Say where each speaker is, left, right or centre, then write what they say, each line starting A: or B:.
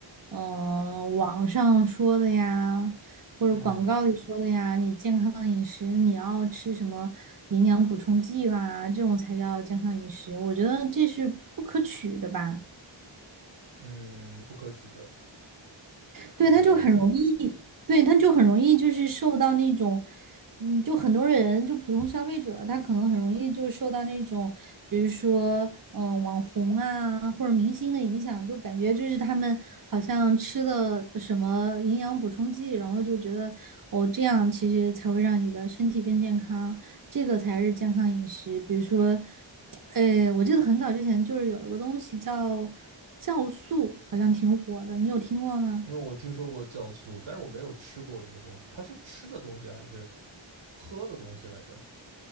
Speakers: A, on the right; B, on the right.
A: 嗯、网上说的呀，或者广告里说的呀，
B: 嗯
A: 你健康饮食你要吃什么营养补充剂啦，这种才叫健康饮食，我觉得这是不可取的吧。
B: 嗯，不可取的，
A: 对，
B: 是这个样子的。
A: 他就很容易，对，他就很容易就是受到那种，嗯，就很多人就普通消费者，他可能很容易就受到那种，比如说，嗯、网红啊或者明星的影响，就感觉就是他们好像吃了什么营养补充剂，然后就觉得哦，这样其实才会让你的身体更健康，这个才是健康饮食。比如说，呃，我记得很早之前就是有一个东西叫酵素，好像挺火的，你有听过吗？
B: 因为我听说过酵素，但是我没有吃过这个东西。它是吃的东西还是喝的东西来着？